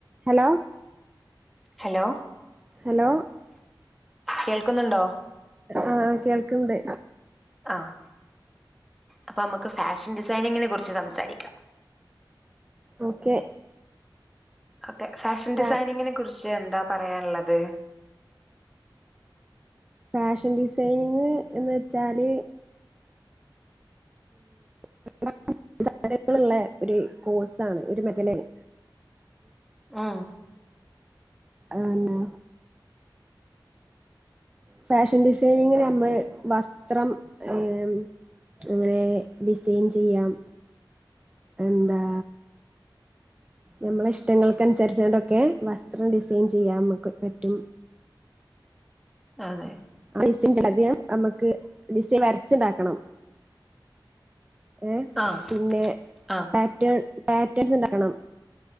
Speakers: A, on the right; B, in the centre.
A: Hello
B: hello
A: hello
B: കേൾക്കുന്നുണ്ടോ
A: ആഹ് കേൾക്ക്ണ്ട്
B: ആഹ് അപ്പമക്ക് ഫാഷൻ ഡിസൈനിങ്ങിനെ കുറിച്ച് സംസാരിക്കാം
A: ഓക്കെ
B: ഒക്കെ ഫാഷൻ
A: ഫാ
B: ഡിസൈനിങ്ങിനെ കുറിച്ച് എന്താ പറയാൻള്ളത്
A: ഫാഷൻ ഡിസൈനിങ് എന്ന് വെച്ചാല് <unintelligible> സാനങ്ങള് ള്ളേ ഒര് കോഴ്സാണ് ഒരു മെഖലേന്
B: ഉം
A: ആന്നേ ഫാഷൻ ഡിസൈനിങ്ങിന് അമ്ള് വസ്ത്രം ഏം അങ്ങനെ ഡിസൈൻ ചിയ്യാം എന്താ നമ്മളെ ഇഷ്ടങ്ങൾക്ക ൻസര്ച്ചാ ണ്ടൊക്കെ വസ്ത്രം ഡിസൈൻ ചെയ്യാമക്ക് പറ്റും
B: അതെ
A: അഹ് ഡിസ്സൈൻ ചിയ്യാലത് യാം അമക്ക് ഡിസൈൻ വരച്ച്ണ്ടാക്കണം എഹ്
B: ആഹ്
A: പിന്നെ
B: ആഹ്
A: പാറ്റേൺ പേറ്റേഴ്സ് ണ്ടാക്കണം